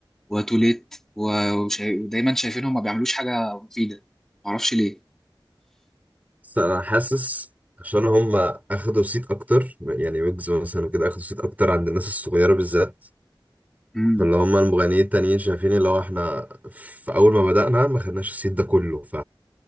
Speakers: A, in the centre; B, on the right (about 20°).
A: وتوليت و- وشا- ودايما شايفينهم ما بيعملوش حاجه مفيده معرفش ليه
B: بس انا حاسس عشان هم اخدوا صيت اكتر يعني ويجز مثلا وكده اخدوا صيت اكتر عند الناس الصغيره بالذات
A: امم
B: فاللي هم المغنيين التانيين شايفين اللي هو احنا في اول ما بدأنا ما خدناش الصيت ده كله